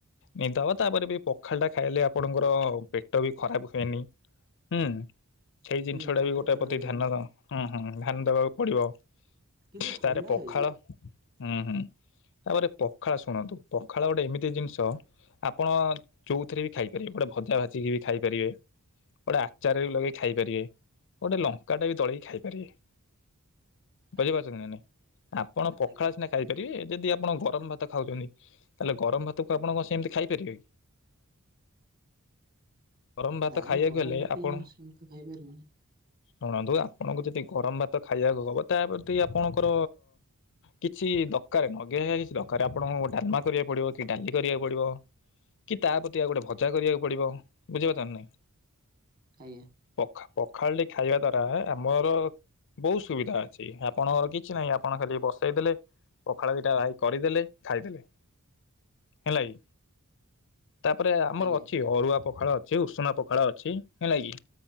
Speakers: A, on the left; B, on the right.
A: ନିଦ ହବ ତାପରେ ବି ପଖାଳ ଟା ଖାଇଲେ ଆପଣଙ୍କର ପେଟ ବି ଖରାପ ହୁଏନି । ହୁଁ ସେଇ
B: ହୁଁ
A: ଜିନିଷ
B: ପେଟ
A: ଟା ବି ଗୋଟେ
B: ଖରାପ
A: ପ୍ରତି
B: ରୁହେନି
A: ଧ୍ୟାନ ହୁଁ ହୁଁ ଧ୍ୟାନ ଦବାକୁ ପଡିବ ।
B: କିନ୍ତୁ ଥଣ୍ଡା
A: ତାର ପଖାଳ
B: ହେଇଯିବ।
A: ହୁଁ ହୁଁ । ତାପରେ ପଖାଳ ଶୁଣନ୍ତୁ ପଖାଳ ଗୋଟେ ଏମିତି ଜିନିଷ ଆପଣ ଚଉଥିରେ ବି ଖାଇପାରିବେ ବଡେ ଭଜା ଭାଜିିକି ବି ଖାଇପାରିବେ । ଗୋଟେ ଆଚାର ବି ଲଗେଇ ଖାଇ ପାରିବେ ଗୋଟେ ଲଙ୍କା ଟା ବି ଦଳିକି ଖାଇପାରିବେ । ବୁଝିପାରୁଛନ୍ତି
B: ଆଜ୍ଞା
A: ନାଇ ନାଇଁ ଆପଣ ପଖାଳ
B: ଆଜ୍ଞା।
A: ସିନା ଖାଇପାରିବେ ଯଦି ଆପଣ ଗରମ ଭାତ ଖାଉଛନ୍ତି ତାହେଲେ ଗରମ ଭାତକୁ ଆପଣ କ ସେମିତି ଖାଇପାରିବେ କି? ଗରମ ଭାତ
B: ନାଇଁ
A: ଖାଇବାକୁ
B: ଗରମ
A: ହେଲେ
B: ଭାତ
A: ଆପଣକୁ
B: ଆମେ ସେମିତି ଖାଇପାରିବୁନି
A: ଶୁଣନ୍ତୁ ଆପଣଙ୍କୁ ଯଦି ଗରମ ଭାତ ଖାଇବାକୁ ହବ ତାପଦି ଆପଣଙ୍କର କିଛି ଦରକାର ନଗେଇ କିଛି ଦରକାର ଆପଣଙ୍କୁ ଡାଲମା କରିବାକୁ ପଡିବ କି ଡାଲି କରିବା ପଡିବ କି ତାପ୍ରତି ଆଉ ଗୋଟେ ଭଜା କରିବାକୁ ପଡିବ । ବୁଝିପାରୁଛନାଇଁ
B: ଆଜ୍ଞା
A: ପଖା ପଖାଳଟି ଖାଇବା ଦ୍ଵାରା ଆମର । ବହୁତ ସୁବିଧା ଅଛି ଆପଣଙ୍କର କିଛି ନାହିଁ ଆପଣ ଖାଲି ବସେଇ ଦେଲେ ପଖାଳ ଦିଟା ରାହି କରିଦେଲେ ଖାଇଦେଲେ । ହେଲା କିି ତାପରେ ଆମର
B: ଆଜ୍ଞା
A: ଅଛି ଅରୁଆ ପଖାଳ ଅଛି ଉଷୁନା ପଖାଳ ଅଛି ହେଁଲାକିି